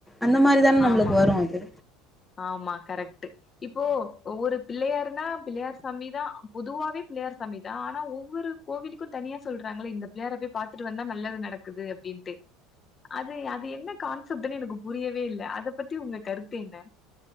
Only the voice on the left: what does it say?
ஆமா
ஆமா கரெக்ட்டு இப்போ ஒரு பிள்ளையார்னா பிள்ளையார் சாமிதா பொதுவாவே பிள்ளையார் சாமிதா ஆனா ஒவ்வொரு கோவிலுக்கு தனியா சொல்றாங்களே இந்த பிள்ளையார போயி பாத்துட்டு வந்தா நல்லது நடக்குது அப்டின்ட்டு அது அது என்ன கான்செப்ட்டுன்னு எனக்கு புரியவே இல்ல அதப் பத்தி உங்க கருத்து என்ன